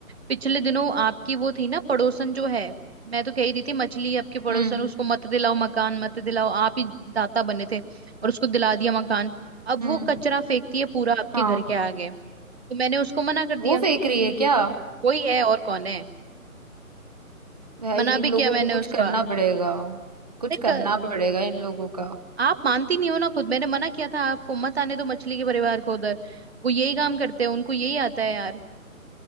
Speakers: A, on the right; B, on the right.
A: पिछले दिनों आपकी वो थी ना पड़ोसन जो है मैं तो कह ही रही थी मछली है आपके पड़ोसन
B: हम्म
A: उसको मत दिलाओ मकान मत दिलाओ आप ही दाता बने थे और उसको दिला दिया मकान अब
B: हम्म
A: वो कचरा फेंकती है पूरा आपके
B: हाँ
A: घर के आगे तो मैंने उसको मना कर दिया
B: वो फेंक रही है क्या
A: वही है और कौन है
B: भाई
A: मना
B: इन
A: भी
B: लोगों
A: किया मैंने
B: को कुछ
A: उसका
B: करना पड़ेगा कुछ
A: देख
B: करना पड़ेगा इन लोगों का
A: आप मानती नहीं हो ना खुद मैंने मना किया था आपको मत आने दो मछली के परिवार को उधर वो यही काम करते हैं उनको यही आता है यार